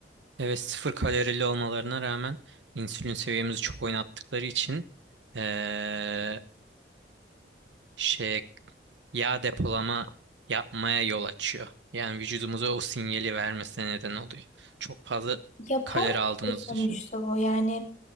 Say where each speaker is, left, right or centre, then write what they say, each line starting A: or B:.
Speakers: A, on the right; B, on the left.
A: Evet sıfır kalorili olmalarına rağmen insülin seviyemizi çok oynattıkları için eee, şey yağ depolama yapmaya yol açıyor. Yani vücudumuza o sinyali vermesine neden oluyor. Çok fazla
B: Yapay
A: kalori aldığımız
B: bir şey sonuçta
A: düşün.
B: bu yani